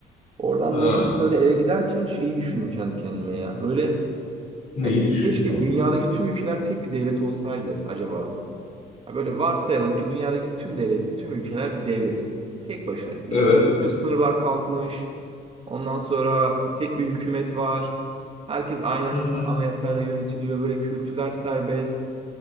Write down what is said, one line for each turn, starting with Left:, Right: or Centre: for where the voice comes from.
Right: Oradan
Left: Ha.
Right: döndüm böyle eve giderken şeyi düşündüm kendi kendime ya. Böyle
Left: Neyi
Right: yani
Left: düşündün
Right: keşke
Left: abi?
Right: dünyadaki tüm ülkeler tek bir devlet olsaydı acaba. Ha, Böyle varsayalım ki dünyadaki tüm devlet, tüm ülkeler bir devlet. Tek başına. Hiç,
Left: Evet.
Right: bütün sınırlar kalkmış. Ondan sonra tek bir hükümet var. Herkes aynı
Left: Hı
Right: anasa-
Left: hı.
Right: anayasayla yönetiliyor. Böyle kültürler serbest.